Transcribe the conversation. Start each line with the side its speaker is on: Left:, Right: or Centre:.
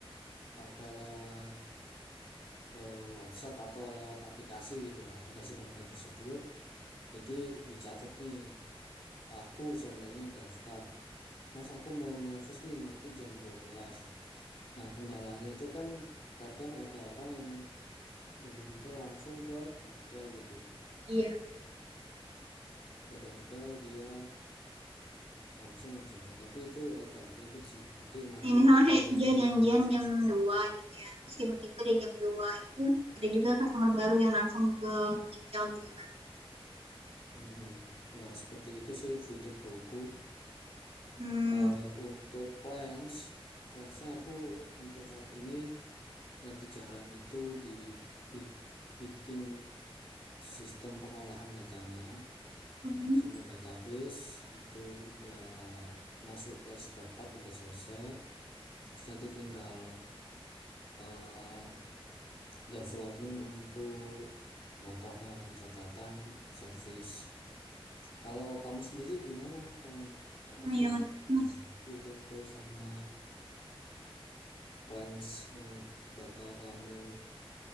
Left: pakai lewat eh, WhatsApp atau lewat aplikasi gitu ya, aplikasi bengkel tersebut. Jadi dicatat nih, aku seandainya daftar, Mas aku mau nyervis nih nanti jam dua belas Nah, kendalanya itu kan kadang ada orang yang bener-bener langsung ke bengkel gitu.
Right: iya.
Left: Ke bengkel dia langsung ngerjain. Tapi itu agak ribet sih. Nanti ngatur
Right: Ya, misalnya
Left: antriannya
Right: kayak dia janjian
Left: yang agak susah.
Right: jam 2 gitu ya. Terus tiba-tiba dia jam 2 itu ada juga customer baru yang langsung ke ginjal gitu kan.
Left: Mm-mm. Ya seperti itu sih fitur Goku.
Right: Hmm,
Left: Kalau untuk plans, plansnya aku untuk saat ini lagi jalan itu dibikin sistem pengolahan datanya
Right: hmm.
Left: sama database itu udah masuk ke spare part udah selesai. Terus nanti tinggal eh, development untuk motornya, pencatatan, servis. Kalau kamu sendiri gimana, Fani? Apa
Right: Oh, iya
Left: sih
Right: menarik mas.
Left: future goal sama plans yang bakal kamu